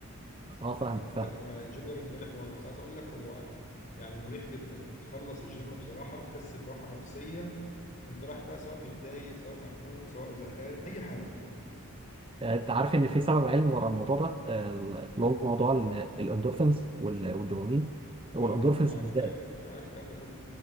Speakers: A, on the right; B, on the left.
A: اه فاهمك
B: انت
A: فاهم
B: بتبقى الجيم ده بالنسبه لي حوار بس عايز اقول لك هو يعني مريح جدا انت بتخلص الجيم بصراحه بتحس براحه نفسيه انت رايح بقى سواء متضايق سواء مخنوق سواء زهقان اي حاجه
A: آه، انت عارف ان في سبب علمي ورا الموضوع ده آه، اللي هو موضوع ال- الاندورفينز وال- والدوبامين والاندورفينز
B: اه اكيد انا عارف
A: بالذات
B: ايوه ايوه انا عارف الكلام ده كله